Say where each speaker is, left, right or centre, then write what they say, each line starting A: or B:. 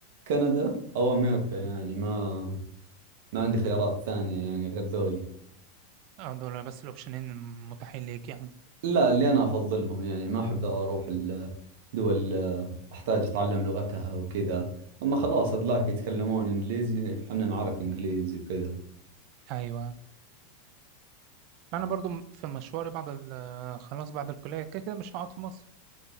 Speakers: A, on the right (about 55°); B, on the right (about 40°).
A: كندا أو أمريكا يعني ما ما عندي خيارات ثانية يعني غير ذولي
B: آه، دول بس الأوبشنين المتاحين ليك يعني
A: لا اللي أنا أفضلهم يعني ما أحب أروح الدول أحتاج أتعلم لغتها وكذا أما خلاص أدلاك يتكلمون إنجليزي حنا نعرف إنجليزي وكذا
B: أيوة أنا برضو في مشواري بعد ال آه، خلاص بعد الكلية كده كده مش هقعد في مصر